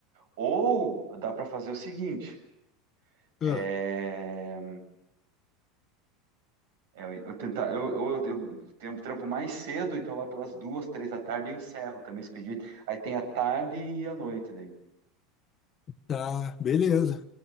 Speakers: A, on the right; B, on the left.
A: Ou dá para fazer o seguinte, é,
B: Ah,
A: É, eu, eu tentar, eu, eu, eu tenho trampo mais cedo, então lá pelas duas, três da tarde eu encerro também esse pedido. Aí tem a tarde e a noite daí,
B: tá, beleza.